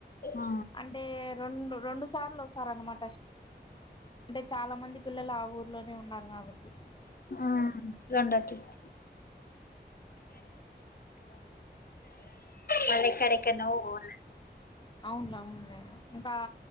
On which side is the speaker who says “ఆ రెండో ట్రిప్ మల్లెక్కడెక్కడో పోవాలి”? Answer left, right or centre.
Left